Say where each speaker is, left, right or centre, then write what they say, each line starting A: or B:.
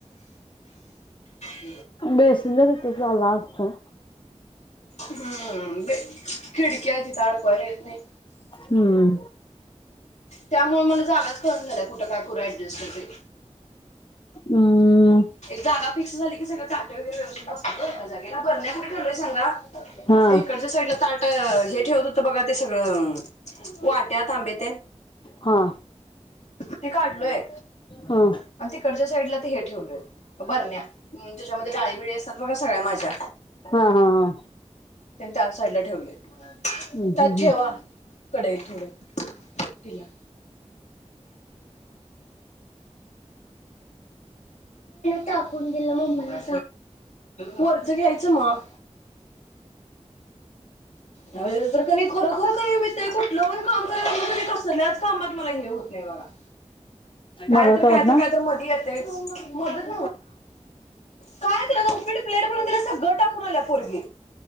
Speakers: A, on the left; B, on the left.
A: <unintelligible>
B: बे सुंदरत ल लागत.
A: हम्म ब खिड क जी तडकलेने
B: हम्म.
A: त्यामुळे मला जागाच कम झाल्या कुठं काय करू ऍडजस्ट ते
B: हम्म.
A: जागा फिक्स झाली की सगळ कााट वगैरेत एका जागेला बरण्या पणेवलय सांगा.
B: हा
A: ते इकडच्या साईडला त हे ठेवत. तर बघा ते सगळं वाट्याथांब ते
B: हा हा
A: ते काढलोय.
B: हा
A: आणि तिकडच्या साईडला ते हे ठेवलय. बरण्या त्याच्यामध्ये डाळीबळी असतात बघा सगळ्या माझ्या
B: हा हा
A: त्यांनी त्या साईड ला ठेवले.
B: हम्म
A: तथेवा कढ थोडं तिला टाकून दिलं मला वर्ज घ्यायच मग वेत खरोर क कुठलं पण काम कराय कस कामात मला घे लाई बगा काय
B: मदत
A: तर
B: करत
A: काय तर
B: ना
A: काय तर मध ये मत काय तर आता पीडी प्लेट म्हणून दिले सगळं टाकून आल्या पोरगी